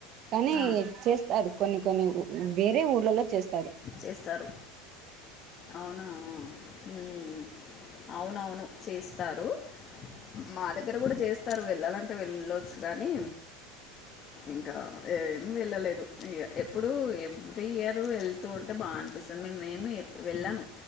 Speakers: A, on the right; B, on the left.
A: కానీ
B: ఆ,
A: చేస్తారు కొన్ని కొన్ని ఊ వేరే ఊర్లలో చేస్త్
B: చేస్తారు అవునా ఉ ఉ అవునవును చేస్తారు మా దగ్గర కూడా చేస్తారు వెళ్ళాలంటే వెళ్ళొచ్చు కానీ ఇంకా ఏం వెళ్ళలేదు ఇగ ఎప్పుడు ఎవ్రీ ఇయరు వెల్త్ తు ఉంటే బాగా అనిపిస్తది మీమేమి ఎప్ వెళ్ళను